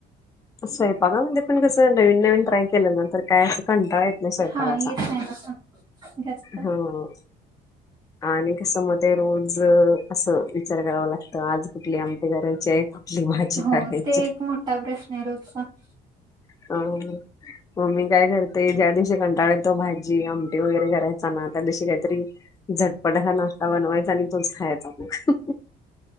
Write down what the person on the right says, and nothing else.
हा येत नाही तसं जास्त
हो
ते एक मोठा प्रश्न आहे रोजचा <unintelligible>